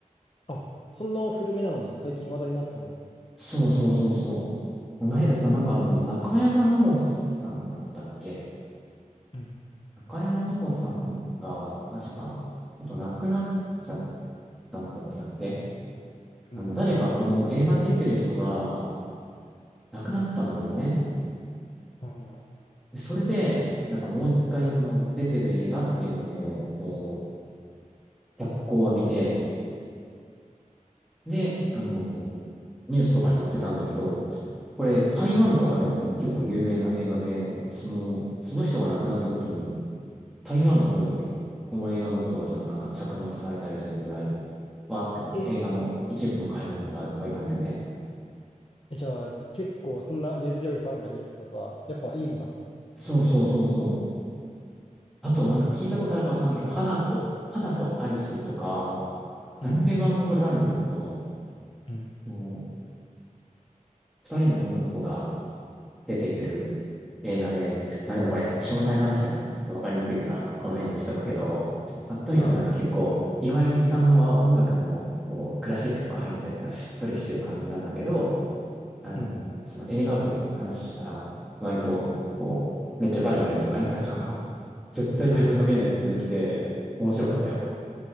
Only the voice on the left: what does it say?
あ、そんな古めなのに最近話題になったんだ。
うん、
うん、
あん、
うん。
えーえじゃあ、結構そんな根強いファンがいるってことは、やっぱいいんだ、
映画。
うん、うん、
う
ん。ああ、
うん。
はいはい。
うん。